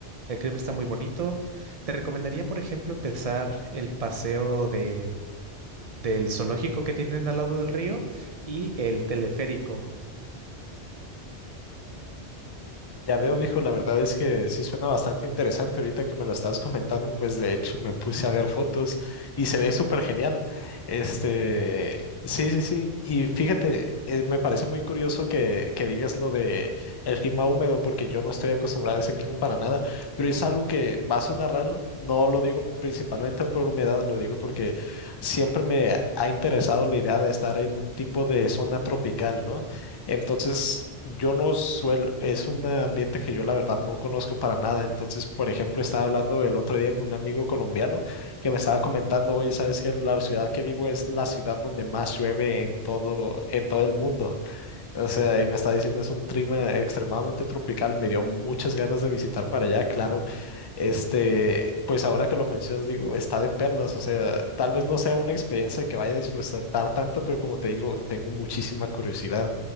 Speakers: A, on the right (about 45°); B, on the left (about 40°).
A: El clima está muy bonito. Te recomendaría, por ejemplo, empezar el paseo de, del zoológico que tienen al lado del río y el teleférico.
B: Ya veo, viejo, la verdad es que sí suena bastante interesante. Ahorita que me lo estabas comentando, pues de hecho me puse a ver fotos y se ve súper genial. Este, sí, sí, sí. Y fíjate, eh, me parece muy curioso que, que digas lo de el clima húmedo, porque yo no estoy acostumbrado a ese clima para nada, pero es algo que va a sonar raro. No lo digo principalmente por humedad, lo digo porque siempre me ha interesado la idea de estar en un tipo de zona tropical, ¿no? Entonces, yo no suelo, es un ambiente que yo la verdad no conozco para nada. Entonces, por ejemplo, estaba hablando el otro día con un amigo colombiano que me estaba comentando, hoy sabes que la ciudad que vivo es la ciudad donde más llueve en todo, en todo el mundo. O sea, y me está diciendo, es un clima extremadamente tropical. Me dio muchas ganas de visitar para allá, claro. Este, pues ahora que lo mencionas, digo, está de perlas, o sea, tal vez no sea una experiencia que vaya a disfrutar tanto, pero como te digo, tengo muchísima curiosidad.